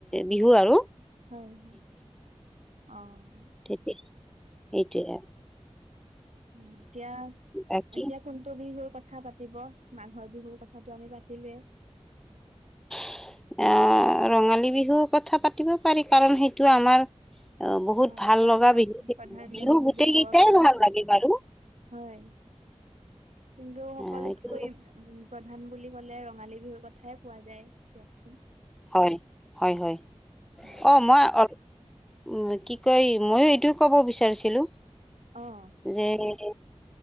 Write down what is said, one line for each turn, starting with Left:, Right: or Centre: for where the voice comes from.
Centre: বিহু আৰু।
Right: হয়, হুম-অঁ',।
Centre: ঠেপি এইটোৱে আও।
Right: এ' এতিয়া
Centre: বাকী
Right: এতিয়া কোনটো বিহুৰ কথা পা- তিব? মাঘৰ বিহুৰ কথাটো আমি পাতিলোয়ে।
Centre: <inaudible> আঁহ', ৰঙালী বিহু কথা পাতিব পাৰি কাৰণ সেইটো আমাৰ- অঁ', বহুত
Right: অ',
Centre: ভাল
Right: প্ৰধান,
Centre: লগা বিহু সেইটো,
Right: প্ৰধান
Centre: বিহু
Right: বুলিয়ে
Centre: গোটেই
Right: ক'ব
Centre: কেইটাই
Right: পাৰি।
Centre: ভাল লাগে বাৰু।
Right: হয়, কিন্তু সকলোতকৈ
Centre: অ এইটো
Right: - উম' প্ৰধান বুলি ক'লে ৰঙালী বিহুৰ কথাই কোৱা যায় দিয়কচোন।
Centre: হয়, হয়-হয়।
Right: হয়,
Centre: অ', মই অল উম' কি কয় মইও এইটোই ক'ব বিচাৰিছিলো।
Right: অঁ'।
Centre: যে এ-